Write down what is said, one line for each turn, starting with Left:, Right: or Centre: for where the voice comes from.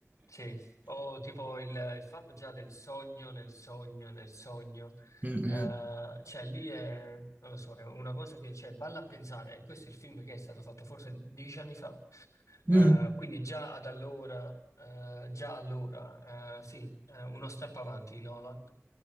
Left: Sì, o tipo il, il fatto già del sogno nel sogno nel sogno,
Right: Mm,
Left: Eh,
Right: mm,
Left: cioè lì è, non lo so, è una cosa che, cioè, valla a pensare, e questo è il film che è stato fatto forse dieci anni fa, Eh,
Right: mm.
Left: quindi già ad allora, eh, già allora, eh, sì, eh, uno step avanti Nolan,